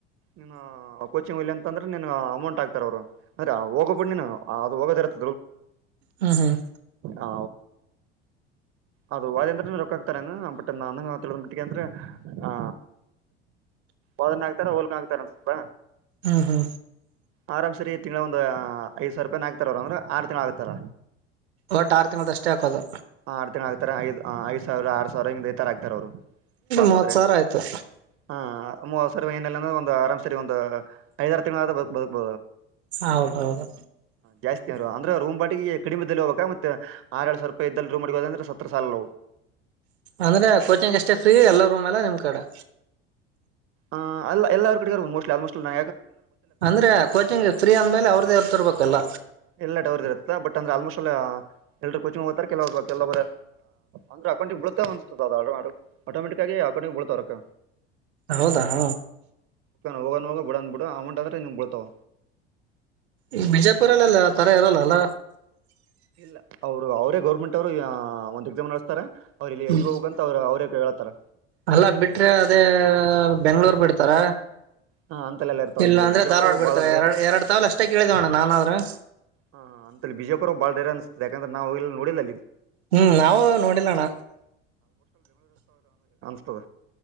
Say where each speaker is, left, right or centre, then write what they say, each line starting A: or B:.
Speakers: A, on the right; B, on the right.
A: ನೀನ್ ಕೋಚಿಂಗ್ ಹೊಲಿ ಅಂತಂದ್ರೆ ನಿನ್ ಅಮೌಂಟ್ ಆತಾರ ಅವ್ರು ಅಂದ್ರೆ ಹೋಗೋಬ ಬಿಡ್ ನೀನು ಅದು ಹೋಗೋದ <inaudible> <inaudible>
B: ಹ್ಮ್ ಹ್ಮ್
A: ಓ ಅದು ವಾದ ಅಂದ್ರ ರೊಕ್ಕ ಹಾಕ್ತಾರ ಬಟ್ ನ ತಿ ಮಟ್ಟಿಗೆ ಅಂದ್ರೆ ಆ ವಾದನ ಹಾಕ್ತಾರ ಹೋಲ್ಕ ಹಾಕ್ತಾರ ಅನ್ ಸ್ಲ್ಪ
B: ಹ್ಮ ಹಾ
A: ಆರಾಮ್ ಸರಿ ತಿಳ ಒಂದು ದು ಸಾವಿ ರಪಾಯ ನ ಹಾಕ್ತಾರ ಅವ್ರರ ಆರ್ ದಿನ ಆಗ್ತಾರ
B: ಒಟ್ಟ ಆರು ತಿಂಗಗಳು ಅಷ್ಟೇ ಹಾಕೋದು
A: ಆ ಆರ್ ತಿಗಳು ಆಗ್ತಾರೆ ಆಯದು ಹ ಐದು ಸಾವರ ಆ ಸಾವರ ಹಂಗ್ ಥರ ಆಗ್ತ ಅವರು ಪಸ್
B: ಮೂವತ್
A: ಆದ್ರೆ
B: ಸಾವಿರ ಆಯ್ತು
A: ಹಾ ಮೂ ಅವಸರ ಏನೆಲ್ಲ ಒಂದು ಆರಾಮ್ ಸರಿ ಒಂದು ಐದಾರು ತಿಂಗಳ ಬ
B: ಹೌದೌದು
A: ಜಾಸ್ತಿ ಅಂದ್ರೆ ರೂಮ್ ಬಾಟಿಗೆ ಕಡಿಮೆದಲ್ಲಿ ಹೋಗಾಗ ಮತ್ತೆ ಆ ಎರ ಸಾವರ ಪ್ದೂಮ ಸಾಲ
B: ಅಂದ್ರೆ ಕೋಚಿಂಗ್ ಅಷ್ಟೇ ಫ್ರೀ ಎಲ್ಲ ರೂಮ್ ಎಲ್ಲ ನಿಮ ಕಡೆ
A: ಆ ಅಲ್ಲ ಎಲ್ಲರರು ಕಡೆ ಮೋ ಆಲ್ಮೋಟ್ ನ
B: ಅಂದ್ರೆ ಕೋಿಂಗ ್ರೀ ಅಂದ್ಮೇಲೆ ಅವ್ರದ್ದೇ ಅವ್ರ ತೊರ್ಬೇಕು ಕಲ
A: ಎಲ್ಲಾ ಡವರ್ ಇರುತ್ತ ಬಟ್ ಅಂದ್ರೆ ಆಲ್ಮೋಸ್ಟ್ ಎಲ್ರು ಕೋಚಿಂಗ್ ಹೋಗ್ತಾರೆ ಕೆಲ ಕೆಲ ಅಂದ್ರೆ ಅಕೌಂಟ ಬಳುತ್ತ ಆಟೋಮೆಟಿಕ್ಗಿ ಹಾಕೊಂಡ ಬಳ್ತರಕ್ಕ
B: ಹೌದಾ ಹ
A: ಹೋಗನ್ ಹೋಗ ಬಿಡನ್ ಬಿಡ ಅಮೌಂಟ್ ಆದ್ರೆ ಇಮ್ ಬಿಡ್ತಾವ
B: ಈ ಬಿಜಾಪುರಲ್ಲೆಲ್ಲ ತರ ಇರಲ್ಲಲ್ಲ
A: ಇಲ್ಲ ಹೌದು ಅವರೇ ಗೌರ್ಮೆಂಟ್ ಅವರು ಒಂದ ಎಕ್ಸಾಮ್ ನಡೆಸ್ತಾರೆ ಅವ್ರು ಇಲ್ಲಿ
B: ಹ್ಮ
A: ಎಲ್ಲಿಗೆ ಹೋಗ್ಬೇಕಂತ ಅವ್ರು ಅವರೇ ಹೇಳ್ತಾರ
B: ಅಲ್ಲ ಬಿಟ್ರೆ ಅದೇ ಬೆಂಗ್ಳೂರ್ ಬಿಡ್ತಾರ
A: ಹಾ ಅಂತಲ್ಲೆಲ್ಲ ಇರ್ತಾವ
B: ಇಲ್ಲ
A: ಇಲ್ಲಿ
B: ಅಂದ್ರೆ
A: ಬಿಜಾಪುರ
B: ಧಾರ್ವಾಡ್ ಬಿಡ್ತಾರೆ
A: ಬಾಳ ರೇರ್
B: ಎರಡ್ ಎರಡ್ ತಾವಲ್ ಅಷ್ಟೇ ಕೇಳಿದೇವಣ್ಣ ನಾಾನಾದ್ರೂ ಹ
A: ಹಾ ಅಂತಲ್ಲಿ ಬಿಜಯಪುರ ಬಾಳ್ ಬಡೇ ಅಿಸ್ತದೆ ಯಾಕಂದ್ರ ನಾವು ಇಲ್ಲ ನೋಡಿದ
B: ಹ್ಮ್ ನಾವವು ನೋಡಿಲ್ಲಣ
A: ಪ್ಪ